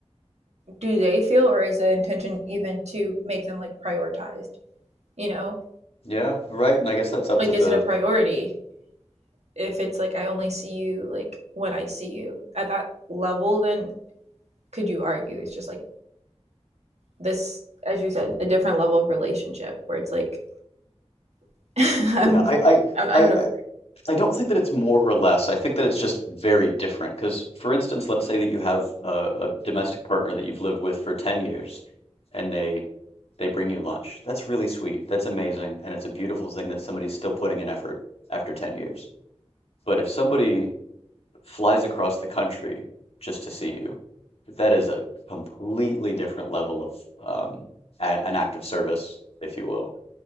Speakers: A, on the right (about 80°); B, on the left (about 65°).
A: do they feel, or is the intention even to make them like prioritized? You know,
B: Yeah, right. And I guess that's up
A: like
B: to the
A: is it a priority if it's like I only see you like when I see you at that level? Then could you argue it's just like this, as you said, a different level of relationship where it's like <laughs> I'm,
B: Yeah, I I
A: I'm not even
B: I
A: a,
B: I- I don't think that it's more or less. I think that it's just very different. Because, for instance, let's say that you have a, a domestic partner that you've lived with for 10 years and they they bring you lunch. That's really sweet. That's amazing. And it's a beautiful thing that somebody's still putting in effort after 10 years. But if somebody flies across the country just to see you. That is a completely different level of um, a- an act of service, if you will,